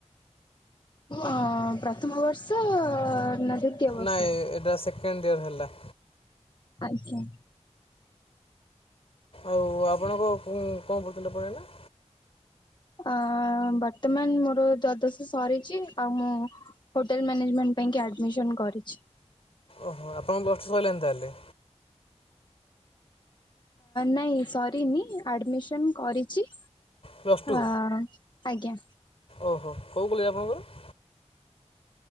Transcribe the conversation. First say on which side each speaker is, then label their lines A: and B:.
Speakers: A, on the left; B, on the left.
A: ଅ ପ୍ରଥମ ବର୍ଷ ନା ଦ୍ଵିତୀୟ ବର୍ଷ?
B: ନାଇଁ ଏଇଟା ସେକେଣ୍ଡ ଇୟର ହେଲା।
A: ଆଜ୍ଞା।
B: ଆଉ ଆପଣଙ୍କ ଭ କଣ ପଢ଼ୁଥିଲେ କହିଲ?
A: ଆ ବର୍ତ୍ତମାନ ମୋର ଦ୍ୱାଦଶ ସରିଛି ଆଉ ମୁଁ ହୋଟେଲ ମ୍ୟାନେଜେଣ୍ଟ ପାଇଁ କି ଆଡମିସନ କରିଛି।
B: ଓହୋ ଆପଣଙ୍କ ବର୍ଷ ସରିଲାଣି ତାହେଲେ?
A: ନାଇଁ ସରିନି ଆଡମିସନ କରିଛି।
B: ପ୍ଲସ୍ ଟୁ
A: ଆଁ ଆଜ୍ଞା।
B: ଓହୋ କୋଉ କଲେଜ ଆପଣଙ୍କର?